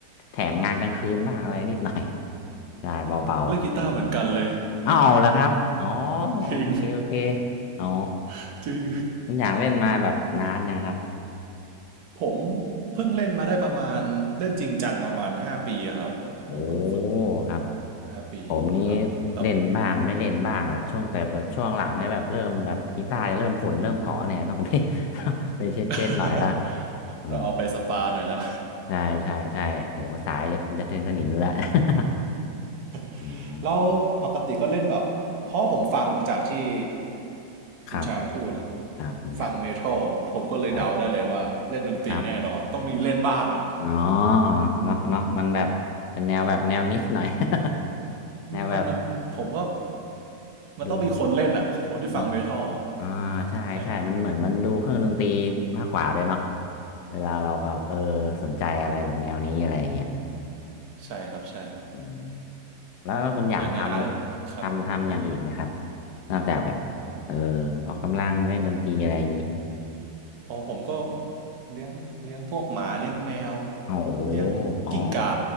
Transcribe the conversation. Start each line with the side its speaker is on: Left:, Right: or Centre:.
Left: แถมงานกลางคืนบ้างอะไรนิดหน่อย <laughs> ใช่เบา
Right: เล่นกีตาร์เหมือนกันเลย
Left: ๆอ้าวแล้วครับอ๋อ
Right: จริง
Left: โอเคโอเคอ๋อ
Right: <laughs> จริง
Left: คุณอย่างเล่นมาแบบนานยังครับ
Right: ผมเพิ่งเล่นมาได้ประมาณเล่นจริงจังประมาณห้าปีอะครับผมเพิ่งฝึก
Left: โอ้ครับ
Right: ห้าปีครับแต่
Left: ผมนี้เล่นบ้างไม่เล่นบ้างแบบช่วงแต่แบบช่วงหลังเนี่ยแบบเริ่มแบบกีตาร์จะเริ่มฝุ่นเริ่มเกาะเนี่ยต้องไป <laughs> ไปเช็ดเช็ดหน่อยละ
Right: <laughs>
Left: อ๋อ
Right: ต้องเอาไปสปาหน่อยละ
Left: ใช่ใช่ใช่โหสายจะเป็นจะเป็นสนิมอยู่แล้ว <laughs>
Right: <laughs>
Left: อืม
Right: แล้วปกติก็เล่นแบบเพราะผมฟังจากที่คุณแชมป์พูดอะ
Left: ครับครับคุณอย่าง
Right: ฟังเมทัลผมก็เลยเดาได้เลยว่าเล่นดนตรีแน่นอนต้องมีเล่นบ้างอะ
Left: ได้ครับอ๋อเนาะเนาะมันแบบเป็นแนวแบบแนวนิชหน่อย <laughs> แนวแบบ
Right: มันมันผมว่ามันต้องมีคนเล่นอะคนที่ฟังเมทัลอะ
Left: ดูเนาะ อ่าใช่ใช่มันเหมือนมันดูเครื่องดนตรี
Right: ใช่
Left: มากกว่าเลยเนาะเวลาเราแบบเออสนใจอะไรแบบแนวนี้อะไรอย่างเงี้ย
Right: ใช่ครับใช่
Left: อืมแล้วแล้วคุณอย่างทำทำทำอย่างอื่นไหมครับ
Right: อย่างการเล่นครับ
Left: นอกจากแบบเออออกกำลังเล่นดนตรีอะไรอย่างนี้
Right: อ๋อผมก็เลี้ยงเลี้ยงพวกหมาเลี้ยงแมว
Left: อ๋อโอ้โห
Right: เลี้ยงกิ้งก่า
Left: อ๋อ